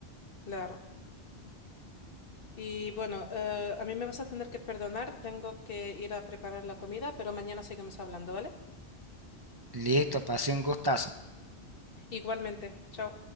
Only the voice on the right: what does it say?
Listo, pasé un gustazo.